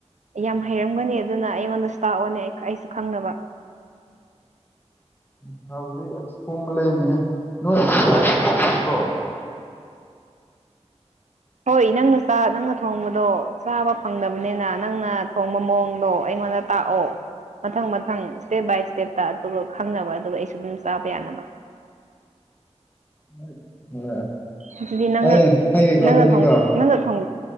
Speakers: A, on the right; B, on the left.
A: ꯌꯥꯝ ꯍꯩꯔꯝꯒꯅꯤ ꯑꯗꯨꯅ ꯑꯩꯉꯣꯟꯗꯁꯨ ꯇꯥꯛꯑꯣꯅꯦ ꯑꯩꯁꯨ ꯈꯪꯅꯕ
B: <unintelligible>
A: ꯍꯣꯏ ꯅꯪꯅ ꯆꯥ ꯅꯪꯅ ꯊꯣꯡꯕꯗꯣ ꯆꯥꯕ ꯐꯪꯗꯕꯅꯤꯅ ꯅꯪꯅ ꯊꯣꯡꯕ ꯃꯑꯣꯡꯗꯣ ꯑꯩꯉꯣꯟꯗ ꯇꯥꯛꯑꯣ ꯃꯊꯪ ꯃꯊꯪ ꯏꯁ꯭ꯇꯦꯞ ꯕꯥꯏ ꯏꯁ꯭ꯇꯦꯞꯇ ꯑꯗꯨꯒ ꯈꯪꯅꯕ ꯑꯗꯨꯒ ꯑꯩꯁꯨ ꯑꯗꯨꯝ ꯆꯥꯕ ꯌꯥꯅꯕ
B: <unintelligible>
A: ꯑꯗꯨꯗꯤ ꯅꯪ
B: ꯑꯩ ꯍꯥꯏꯒꯦꯀꯣ
A: ꯅꯪ
B: ꯑꯗꯨꯗꯤꯀꯣ
A: ꯅꯪꯅ ꯊꯣꯡ